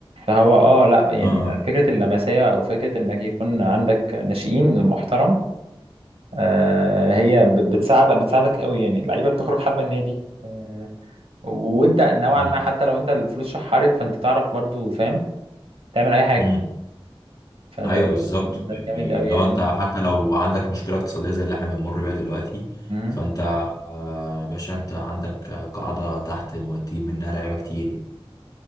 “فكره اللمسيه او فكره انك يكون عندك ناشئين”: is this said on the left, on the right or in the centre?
Right